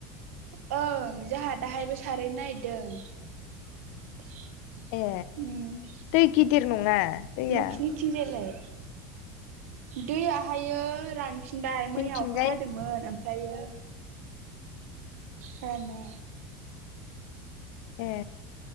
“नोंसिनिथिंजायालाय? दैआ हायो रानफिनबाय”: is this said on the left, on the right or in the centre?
Right